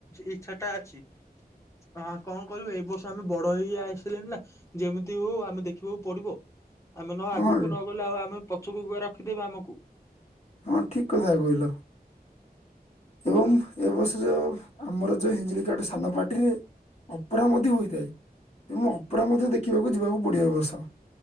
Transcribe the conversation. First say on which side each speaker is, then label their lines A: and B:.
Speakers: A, on the left (about 20°); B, on the left (about 40°).
A: ଇଛାଟା ଅଛି। ହଁ କଣ କରିବ ଏଇ ବର୍ଷ ଆମେ ବଡ ହେଇ ଆସିଲଣି ନା ଯେମିତି ହଉ ଆମେ ଦେଖିବାକୁ ପଡିବ। ଆମେ ନ
B: ହଁ
A: ଆଗକୁ ନ ଗଲେ ଆଉ ଆମେ ପଛକୁ ଗ ରଖିଦେବା ଆମକୁ।
B: ହଁ ଠିକ କଥା କହିଲ। ଏବଂ ଏ ବର୍ଷ ଯୋଉ ଆମର ଯୋଉ ହିଞ୍ଜିଡିକାଠ ସାନ ପାଟିରେ ଅପେରା ମଧ୍ୟ ହୋଇଥାଏ। ତେଣୁ ଅପେରା
A: ହଁ
B: ମଧ୍ୟ ଦେଖିବାକୁ ଯିବାକୁ ପଡିବ ଏ ବର୍ଷ।